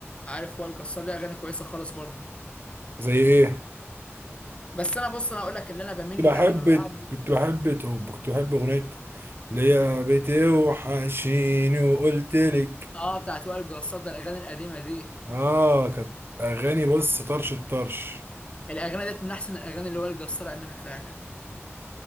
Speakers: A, on the left (about 25°); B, on the right (about 50°).
A: عارف وائل جسار ليه اغاني كويسه خالص برضو
B: زي ايه
A: بس انا بص انا اقول لك اللي انا بميل
B: كنت
A: لي
B: بحب
A: بقى لما ببقى قاعد
B: كنت بحب توب كنت بحب اغنيه اللي هي بتوحشيني وقلت لك
A: اه بتاعت وائل جسار ده الاغاني القديمه دي
B: اه كانت اغاني بص طرش الطرش
A: الاغاني ديت من احسن الاغاني اللي وائل جسار عملها فعلا